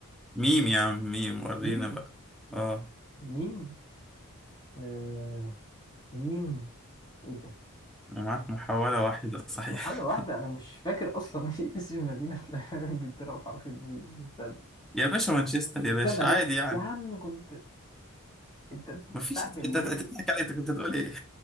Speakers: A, in the centre; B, on the left.
A: ميم يا عم ميم ورينا
B: <laughs> ميم
A: بقى اه
B: ميم آه ميم ايه ده
A: انا معاك محاولة واحدة صحيح
B: محاولة واحدة انا مش فاكر اصلا <laughs> اسم المدينة في <laughs> انجلترا بحرف الميم استنى
A: <laughs> يا باشا مانشستر يا
B: استنى
A: باشا
B: عرفت
A: عادي يعني
B: يا عم كنت انت بتستعجل
A: ما فيش انت أنت
B: ليه
A: تضحك علي انت كنت هتقول ايه